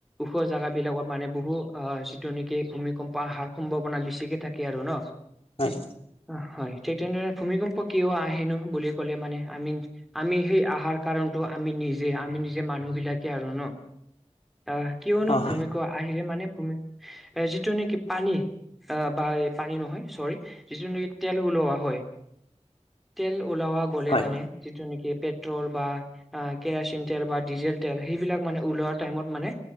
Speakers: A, in the centre; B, on the left (about 50°).
A: ওখৰ জোগাব বিলাকত মানে, বহু আহ যিটো নেকি ভূমিকম্প আহাৰ সম্ভাৱনা বেছিকে থাকে আৰু ন
B: হয়
A: অ', য় ঠিক তেনেধৰণে ভূমিকম্প কিয় আহেনো বুলি ক'লে মানে, আমি আমি সেই আহাৰ কাৰণটো আমি নিজে আমি নিজে মানুহবিলাকে আৰু ন অ ', কিয় ন
B: হয়
A: ভূমি
B: হয়
A: আখিৰে মানে, ভূমি যিটো নেকি পানী আহ বা এই পানী নহয়, চৰি যি নেকি তেল ওলৱোৱা হয় তেল ওলৱা গ'লে
B: হয়
A: মানে যেনেকি পেট্ৰল বা কেৰাচিন তেল বা ডিজেল তেল সেইবিলাক মানে, ওলোৱা টাইমত মানে